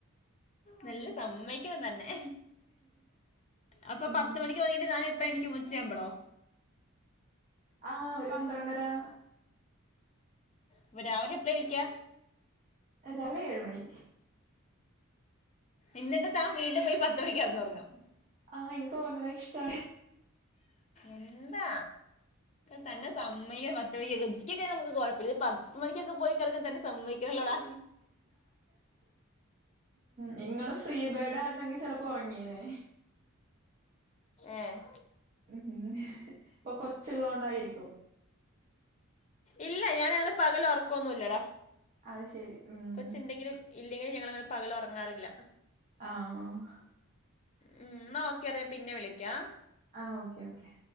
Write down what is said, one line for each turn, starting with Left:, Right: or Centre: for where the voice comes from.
Left: നല്ലസമ്മയിക്കണംതന്നെ.
Right: ഉം
Left: അപ്പൊപത്ത്മണിക്ക്
Right: ഉം
Left: ഒരങ്ങിട്ട്താനേപ്പൊഴേണീക്കും ഉച്ചയാമ്പളോ?
Right: ആഹ്, ഒരുപന്ത്രണ്ടരാ
Left: ഇപ്പ രാവിലെ എപ്പെണീക്കാ?
Right: രാവിലെ ഏഴ് മണി.
Left: ഇന്നിട്ട് താൻ വീണ്ടുംപോയി <unintelligible>
Right: ആഹ് എനിക്ക്ഒറങ്ങണഇഷ്ട
Left: എന്താ? തന്നസമ്മയം പത്ത്മണിക്കൊക്കെ ഉച്ച്ക്ക്ക്കെനമുക്ക് കൊഴപ്പല്ല ഇത് പത്ത്മണിക്കക്കെപൊയി കെടക്കതന്നെ സമ്മയിക്കണല്ലോടാ.
Right: നിങ്ങളും ഫ്രീബേഡ് ആയിരുന്നെങ്കി ചിലപ്പോ ഒറങ്ങിയനെ
Left: ഏഹ്
Right: ഉം, ഇപ്പൊ കൊച്ചുള്ളൊണ്ടായിരിക്കും
Left: ഇല്ല. ഞാനങ്ങനെപകലൊറൊക്കൊന്നുല്ലടാ.
Right: അത് ശരി ഉം
Left: കൊച്ച്ണ്ടെങ്കിലും ഇല്ലെലുംഞങ്ങളങ്ങനെ പകലൊറങ്ങാറില്ല.
Right: ആഹ്
Left: ഉം ന്നാഓക്കെടാപിന്നെവിളിക്കാം.
Right: ആ ഓക്കെ, ഓക്കെ.